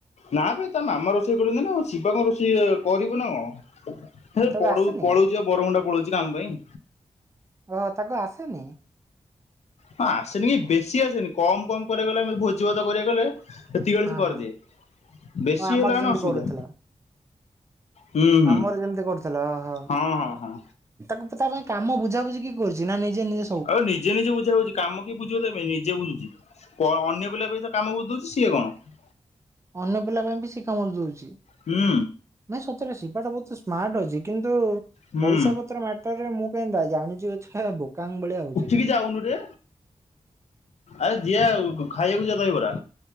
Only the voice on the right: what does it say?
ତାକୁ
ଆସେନି?
ଓହୋ ତାକୁ ଆସେନି?
ହଁ
ହଁ
ଓ ଆମର
ଯେମିତି
କରୁଥିଲା
ଆମର ଯେମିତି କରୁଥିଲା ଓହୋ।
ତାକୁ ତା ପାଇଁ କାମ ବୁଝାାବୁଝି କିଏ କରୁଛି ନା ନିଜେ ନି
ଅନ୍ୟ ପିଲା ପାଇଁ ବି ସେ କାମ ବୁଝି ଦଉଛି।
ନାଇଁ ସତରେ ସିପାଟା ବହୁତ ସ୍ମାର୍ଟ ଅଛି କିନ୍ତୁ
ପଇସା ପତ୍ର ମାଟର ରେ ମୁଁ କାହିଁ ଦାୟୀ ଜାଣିଛି ଛୁଆଟା ବୋକାଙ୍ଗ ଭଳିଆ ହଉଛି।